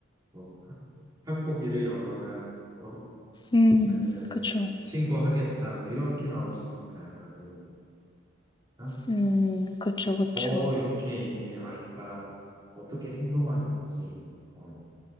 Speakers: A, on the right; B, on the left.
A: 뭐 학폭위를 열어라 뭐
B: 음,
A: 아니면은
B: 그쵸.
A: 신고하겠다 뭐 이렇게 나오시니까 다들 어?
B: 음, 그쵸, 그쵸.
A: 더 이렇게 이제 아이가 어떻게 행동하는지 어,